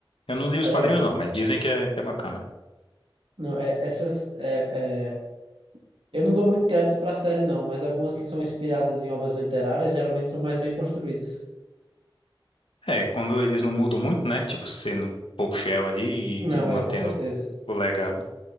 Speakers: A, on the left (about 75°); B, on the right (about 70°).
A: Eu não li os
B: É
A: quadrinhos,
B: legal.
A: não, mas dizem que é, que é bacana.
B: Não, é, essas. É, é, eu não dou muito crédito para a série, não, mas algumas que são inspiradas em obras literárias geralmente são mais bem construídas.
A: É, quando eles não mudam muito, né? Tipo, sendo um pouco fiel ali
B: Não,
A: e, e mantendo
B: é, com certeza.
A: o legado.